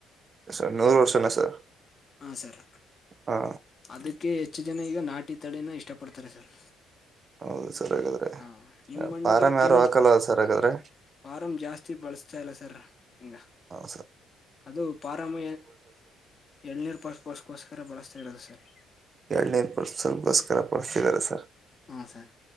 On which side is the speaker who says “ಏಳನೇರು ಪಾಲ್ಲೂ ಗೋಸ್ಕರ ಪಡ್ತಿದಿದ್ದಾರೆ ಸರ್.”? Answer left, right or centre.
Right